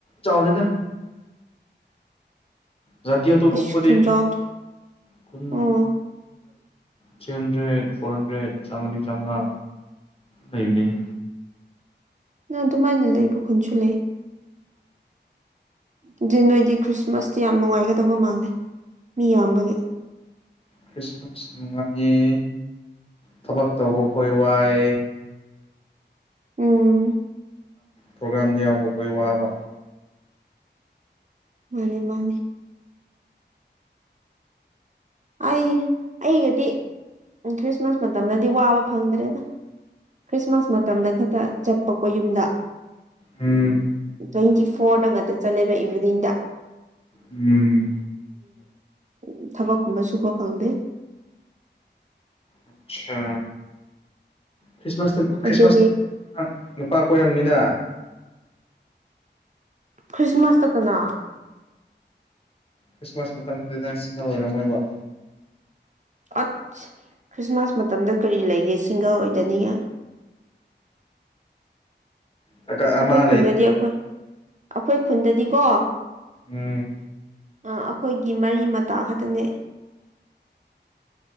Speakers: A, on the left; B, on the right.
A: ꯆꯥꯎꯗꯦꯗ ꯖꯥꯇꯤ ꯑꯇꯧ
B: ꯑꯁ
A: ꯇꯣꯛꯄꯗꯤ
B: ꯈꯨꯟꯖꯥꯎꯗꯣ
A: ꯈꯨꯗꯛ
B: ꯑꯣ
A: ꯊ꯭ꯔꯤ ꯍꯟꯗ꯭ꯔꯦꯠ ꯐꯣꯔ ꯍꯟꯗ꯭ꯔꯦꯠ ꯆꯥꯝꯃꯔꯤ ꯆꯥꯝꯃꯉꯥ ꯂꯩꯕꯅꯤꯅꯦ
B: ꯅꯪ ꯑꯗꯨꯃꯥꯏꯅ ꯂꯩ ꯃꯈ ꯈꯨꯟꯁꯨ ꯂꯩ ꯑꯗꯨꯗꯤ ꯅꯣꯏꯗꯤ ꯈ꯭ꯔꯤꯁꯃꯥꯁꯇꯤ ꯌꯥꯝ ꯅꯨꯡꯉꯥꯏꯒꯗꯕ ꯃꯥꯜꯂꯦ ꯃꯤ ꯌꯥꯝꯕꯒꯤ
A: ꯈ꯭ꯔꯤꯁꯃꯥꯁ ꯅꯨꯡꯉꯥꯏꯏ ꯊꯕꯛ ꯇꯧꯕ ꯈꯈꯣꯏ ꯋꯥꯏ
B: ꯎꯝ
A: ꯄ꯭ꯔꯣꯒꯥ꯭ꯔꯥꯝꯗ ꯌꯥꯎꯕ ꯑꯩꯈꯣꯏ ꯋꯥꯕ
B: ꯃꯥꯅꯦ ꯃꯥꯅꯦ ꯑꯩ ꯑꯩꯒꯗꯤ ꯈ꯭ꯔꯤꯁꯃꯥꯁ ꯃꯇꯝꯗꯗꯤ ꯋꯥꯕ ꯐꯪꯗ꯭ꯔꯦꯗ ꯈ꯭ꯔꯤꯁꯃꯥꯁ ꯃꯇꯝꯗ ꯈꯛꯇ ꯆꯠꯄꯀꯣ ꯌꯨꯝꯗ
A: ꯎꯝ
B: ꯊ <unintelligible> ꯐꯣꯔꯗ ꯉꯥꯛꯇ ꯆꯠꯂꯦꯕ ꯏꯚꯤꯅꯤꯡꯗ
A: ꯎꯝ
B: ꯎ ꯊꯕꯛ ꯀꯨꯝꯕ ꯁꯨꯕ ꯐꯪꯗꯦ
A: ꯑꯆꯥ ꯈ꯭ꯔꯤꯁꯃꯥꯁꯇ ꯈ꯭ꯔꯤꯁꯃꯥꯁ
B: ꯑꯗꯒꯤ
A: ꯅꯨꯄꯥ ꯀꯣꯏꯔꯝꯅꯤꯗ
B: ꯈ꯭ꯔꯤꯁꯃꯥꯁꯇ ꯀꯅꯥ
A: ꯈ꯭ꯔꯤꯁꯃꯥꯁ ꯃꯇꯝꯗꯨꯗꯤ ꯅꯪ ꯁꯤꯡꯍ ꯑꯣꯏꯔꯝꯃꯣꯏꯕ
B: ꯑꯠ ꯈ꯭ꯔꯤꯁꯃꯥꯁ ꯃꯇꯝꯗ ꯀꯔꯤ ꯂꯩꯒꯦ ꯁꯤꯡꯒꯜ ꯑꯣꯏꯗꯅꯤꯉ
A: ꯑꯀ ꯑꯃ
B: ꯑꯩꯈꯣꯏ
A: ꯂꯩ
B: ꯈꯨꯟꯗꯗꯤ ꯑꯩꯈꯣꯏ ꯑꯩꯈꯣꯏ ꯈꯨꯟꯗꯗꯤꯀꯣ
A: ꯎꯝ
B: ꯑꯩꯈꯣꯏꯒꯤ ꯃꯔꯤ ꯃꯇꯥ ꯈꯛꯇꯅꯦ